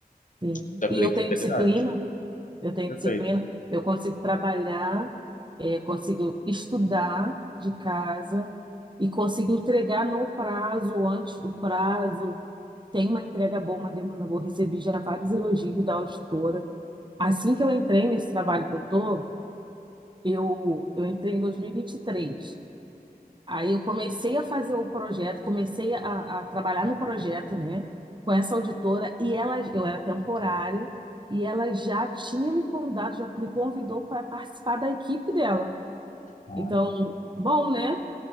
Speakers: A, on the right; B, on the left.
A: sim.
B: você tem
A: E
B: flexibilidade.
A: eu tenho disciplina, eu tenho
B: Perfeito.
A: disciplina, eu consigo trabalhar, é, consigo estudar de casa e consigo entregar no prazo, antes do prazo. Tem uma entrega boa, uma demanda boa. Recebi já vários elogios da auditora. Assim que eu entrei nesse trabalho que eu tô, eu, eu entrei em 2023. Aí eu comecei a fazer o projeto, comecei a, a trabalhar no projeto, né, com essa auditora e ela, eu era temporária e ela já tinha me convidado, já me convidou para participar da equipe dela.
B: Ah,
A: Então, bom, né?